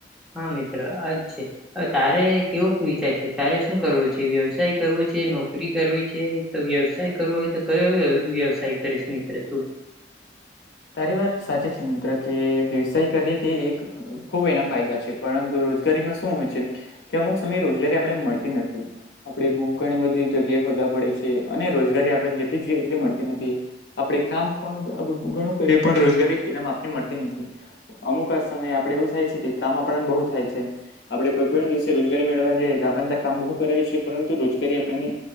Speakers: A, in the centre; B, on the left.
A: હા મિત્ર આજ છે હવે તારે કેવોક વિચાર છે. તારે શું કરવું છે વ્યવસાય કરવો છે નોકરી કરવી છે તો વ્યવસાય કરવો હોય તો કયો વ્યવસાય કરીશ મિત્ર તું.
B: તારી વાત સાચી છે મિત્ર કે વ્યવસાય કરીએ તે એક ખુબ એના ફાયદા છે પરંતુ રોજગારીમાં શું હોય છે. કે અમુક સમયે રોજગારી આપડે મળતી નથી. આપે બૂ ઘણી બધી જગ્યાએ હોદવા પડે છે અને રોજગારી આપડને જેટલી જોઈએ એટલી મળતી નથી. આપણે કામ પણ ઘણું કરીએ પણ એટલામાં આપને મળતી નથી. અમુક સમયે આપડે એવું થાય છે કે કામ આપડને બહુ થાય છે. આપડે પણ દિવસે રોજગારી મેળવવા જઈએ તો આપણેને કામ બહુ કરાએ છે પરંતુ રોજગારી આપણેની